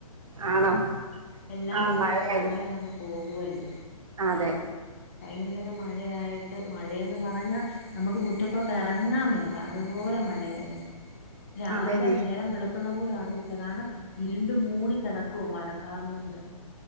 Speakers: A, on the right (about 60°); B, on the left (about 20°).
A: ആണോ
B: എല്ലാം
A: ആഹ്
B: ച്ച
A: മഴയായത്
B: ചള്ള അങ്ങ് പോകുവല്ലോ
A: അതെ
B: ഭയങ്കര മഴയായിട്ട് മഴയന്ന് പറഞ്ഞാ നമുക്ക് മു റ്റത്തോട്ട് ഇറങ്ങാൻ മേല അതുപോലെ മഴയായിരുന്നു രാവിലെ
A: അതേന്നെ
B: നേരം വെളു ക്കുന്ന പോലും അറിയത്തില്ല കാരണം ഇരുണ്ട് മൂടി കിടക്കുവ മഴക്കാറു കൊണ്ട്